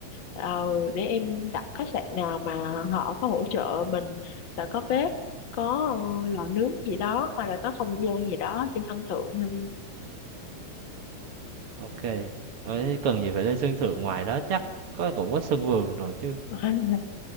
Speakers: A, on the left; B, on the right.
A: ờ, để em đặt khách sạn nào mà họ có hỗ trợ mình là có bếp có ờ, lò nướng gì đó hoặc là có không gian gì đó trên sân thượng ha.
B: Ok. Ờ, cần gì phải lên sân thượng ngoài đó chắc có cũng có sân vườn rồi chứ.
A: <laughs>